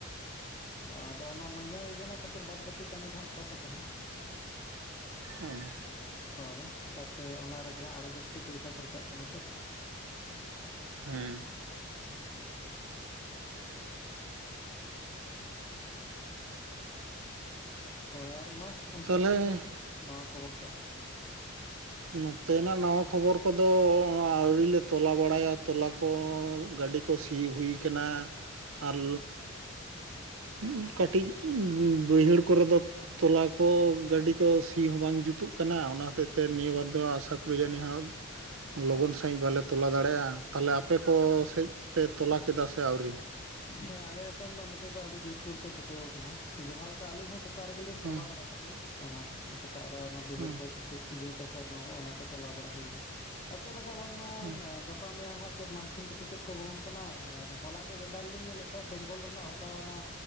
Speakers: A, on the left; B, on the right.
A: ᱟᱫᱚ ᱚᱱᱟ ᱢᱟᱸᱭᱭᱟ ᱡᱚᱡᱚᱱᱟ ᱠᱷᱟᱹᱛᱤᱨ ᱵᱟᱫ ᱵᱟᱹᱠᱤ ᱠᱟᱹᱢᱤ ᱫᱚ ᱦᱟᱸᱜ ᱴᱷᱚᱯ ᱠᱟᱱᱟ ᱾
B: ᱮᱦᱸ
A: ᱦᱚᱭ ᱪᱤᱠᱟᱛᱮ ᱚᱱᱟ ᱨᱮᱜᱮ ᱦᱟᱸᱜ ᱟᱹᱰᱤ ᱡᱟᱹᱥᱛᱤ ᱯᱚᱭᱥᱟ ᱠᱷᱚᱨᱪᱟᱜ ᱠᱟᱱᱟ ᱛᱚ ᱾
B: ᱦᱮᱸ
A: ᱦᱚᱭ ᱟᱨ ᱢᱟ, ᱚᱱᱛᱮᱱᱟᱜ
B: ᱛᱟᱦᱚᱞᱮ
A: ᱜᱮ ᱱᱟᱣᱟ ᱠᱷᱚᱵᱚᱨ ᱠᱚ?
B: ᱱᱚᱛᱮᱱᱟᱜ ᱱᱟᱣᱟ ᱠᱷᱚᱵᱚᱨ ᱠᱚᱫᱚ, ᱚᱱᱮ ᱟᱹᱣᱨᱤ ᱞᱮ ᱛᱚᱞᱟ ᱵᱟᱲᱟᱭᱟ ᱛᱚᱞᱟ ᱠᱚ ᱜᱟᱹᱰᱤ ᱠᱚ ᱥᱤ ᱦᱩᱭ ᱠᱟᱱᱟ ᱟᱨ ᱦᱩᱸ, ᱠᱟᱹᱴᱤᱡ ᱵᱟᱹᱭᱦᱟᱹᱲ ᱠᱚᱨᱮ ᱫᱚ ᱛᱚᱞᱟ ᱠᱚ ᱜᱟᱹᱰᱤ ᱠᱚ ᱥᱤ ᱦᱚᱸ ᱵᱟᱝ ᱡᱩᱛᱩᱜ ᱠᱟᱱᱟ ᱚᱱᱟ ᱦᱚᱛᱮᱫ ᱛᱮ ᱱᱤᱭᱟᱹ ᱵᱟᱨ ᱫᱚ ᱟᱥᱟ ᱠᱚᱨᱮ ᱡᱟᱹᱱᱤ ᱦᱟᱸᱜ ᱞᱚᱜᱚᱱ ᱥᱟᱺᱦᱤᱡ ᱵᱟᱞᱮ ᱛᱚᱞᱟ ᱫᱟᱲᱮᱜᱼᱟ, ᱛᱟᱦᱚᱞᱮ ᱟᱯᱮ ᱠᱚ ᱥᱮᱡ ᱯᱮ ᱛᱚᱞᱟ ᱠᱮᱫᱟ ᱥᱮ ᱟᱹᱣᱨᱤ?
A: ᱦᱮᱸ ᱟᱞᱮ ᱥᱮᱱ ᱫᱚ ᱱᱚᱛᱮ ᱫᱚ ᱟᱹᱰᱤ ᱡᱳᱨᱥᱳᱨ ᱠᱚ ᱪᱷᱩᱴᱟᱹᱣ ᱠᱟᱱᱟ, ᱡᱟᱦᱟᱸ ᱞᱮᱠᱟ ᱟᱹᱞᱤᱧ ᱦᱚᱸ ᱥᱮᱛᱟᱜ ᱨᱮᱜᱮ ᱞᱤᱧ
B: ᱦᱮᱸ
A: ᱛᱚᱞᱟ ᱵᱟᱲᱟ ᱟᱫᱚ ᱚᱱᱟ ᱥᱮᱛᱟᱜ ᱨᱮ ᱜᱮ ᱚᱱᱟ ᱵᱟᱹᱭᱦᱟᱹᱲ
B: ᱦᱮᱸ
A: ᱠᱚ ᱵᱩᱴᱩᱵ ᱤᱭᱟᱹ ᱠᱚ ᱥᱚᱨᱱᱚ ᱠᱚ ᱚᱱᱟ ᱛᱚᱞᱟ ᱵᱟᱲᱟ ᱦᱩᱭᱱᱟ, ᱟᱨ ᱪᱮᱜ ᱞᱮᱠᱟ ᱵᱟᱝᱢᱟ
B: ᱦᱮᱸ
A: ᱯᱟ ᱢᱮᱭᱟᱝ ᱦᱟᱸᱜ ᱪᱮᱫ ᱢᱟᱱᱥᱩᱱ ᱠᱚ ᱥᱮ ᱪᱮᱫ ᱠᱚ ᱵᱚᱞᱚᱱ ᱠᱟᱱᱟ ᱟᱨ ᱦᱚᱞᱟ ᱜᱮ ᱵᱮᱫᱟᱞ ᱞᱤ ᱧᱮᱞᱮᱜ ᱛᱟᱦᱮᱸᱜ ᱵᱮᱝᱜᱚᱞ ᱨᱮᱱᱟᱜ ᱚᱠᱟ ᱚᱱᱟ